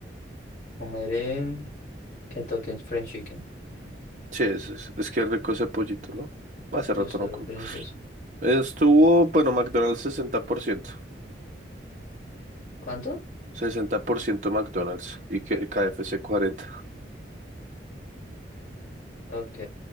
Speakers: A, on the left (about 45°); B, on the right (about 40°).
A: Comer en Kentucky Fried Chicken.
B: Sí, es, es, es que rico ese pollito, ¿no? Hace rato
A: Gusto
B: no como.
A: delicioso.
B: Estuvo, bueno, McDonald's sesenta sesenta por ciento,
A: ¿Cuánto?
B: sesenta por ciento McDonald's y que KFC 40.
A: Ok.